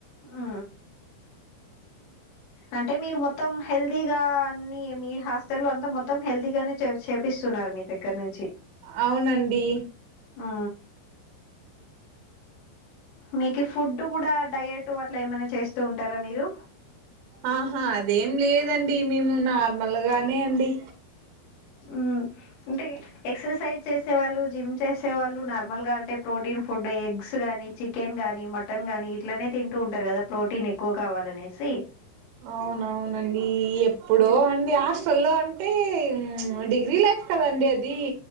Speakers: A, on the left (about 85°); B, on the right (about 80°).
A: ఆ అంటే మీరు మొత్తం హెల్దీగా అన్ని మీ హాస్టల్ లో అంతా మొత్తం హెల్దీగానే చేయు చే ప్పిస్తున్నారు మీ దగ్గర నుంచి
B: అవునండి
A: ఆ మీకు ఫుడ్ కూడ డయట్ అట్ల ఏమైనా చేస్తూ ఉంటారా మీరు
B: ఆహా అదేం లేదండి మేము నార్మల్ గానే అండి
A: ఉ అంటే ఎక్సర్సైజ్ చేసే వాళ్ళు జిమ్ చేసే వాళ్ళు నార్మల్గా అంటే ప్రోటీన్ ఫుడ్ ఎగ్స్ గానీ చి కెన్ గానీ మటన్ గానీ ఇట్లనే తింటు ఉంటరు గద ప్రోటీన్ ఎక్కువ కావాలనేసి
B: అవునవునండి ఎప్పుడో
A: ఈ-
B: అండి ఆష్ <unintelligible> అంటే డిగ్రీ లైఫ్ కదండి అది